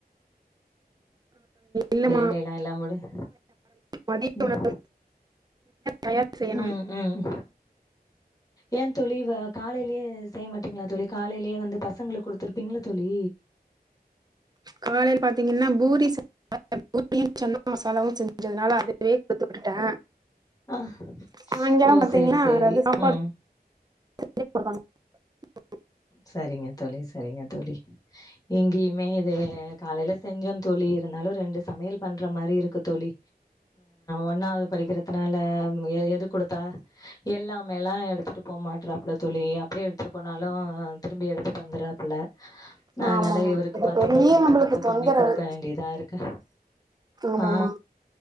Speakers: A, on the right; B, on the left.
A: இல்லமா
B: வேல எல்லா எல்லா முடிந்
A: மதிய
B: ம்
A: உணவு தயார் செய்யணு
B: ம் ம் ஏ தோழி காலயிலயே செய்ய மாட்டீங்களா தோழி காலயிலயே வந்து பசங்களுக்கு குடுத்துருப்பீங்கள்ள தோழி
A: காலயில பாத்தீங்கன்னா பூரி செஞ் பூரியும் சன்னா மசாலாவும் செஞ்சதுனால அதுவே குடுத்து விட்டுட்டே
B: அ
A: சாயங்காலம்
B: ஓ
A: பாத்தீங்கன்னா
B: சேரி சேரி
A: அதாவது சாப்பாடு
B: ம்
A: <inaudible>
B: சரிங்க தோழி சரிங்க தோழி இங்கயுமே இது காலையில செஞ்சோ தோழி இருந்தா ரெண்டு சமையல் பண்ற மாரி இருக்கு தோழி ஒன்னாவது படிக்கிறதுனால எது குடுத்தா எல்லாமேல்லா எடுத்துட்டு போ மாட்ராப்புல தோழி அப்டியே எடுத்துட்டு போனாலும் திரும்பி எடுத்துட்டு வந்துறாப்புல அதனால
A: ஆமாமா
B: இவருக்கு
A: இது
B: பாத்தீங்கனா
A: பெரிய
B: பாத்து
A: நம்மளுக்கு
B: பாத்து
A: தொந்தரவு
B: பண்ணி குடுக்க வேண்டியதா ருக்கு
A: ஆமாமா
B: அ